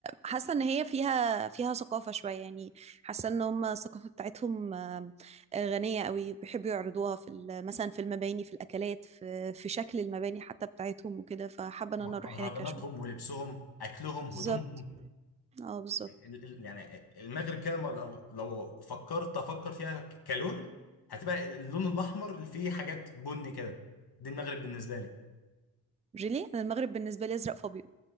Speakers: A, on the right (about 15°); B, on the left (about 50°).
A: حاسه ان هي فيها فيها ثقافه شويه يعني حاسه ان هم الثقافه بتاعتهم آم، غنيه قوي بيحبوا يعرضوها في ال- مثلا في المباني في الاكلات في في شكل المباني حتى بتاعتهم وكده فحابه ان
B: مهرجاناتهم
A: انا اروح هناك اشوف
B: ولبسهم اكلهم هدومهم
A: بالظبط اه بالظبط
B: ال- ال- يعني المغرب كده ما لو لو فكرت افكر فيها ك- كلون هتبقى اللون الاحمر اللي فيه حاجات بني كده دي المغرب بالنسبه لي
A: جيلي انا المغرب بالنسبه لي ازرق فابيض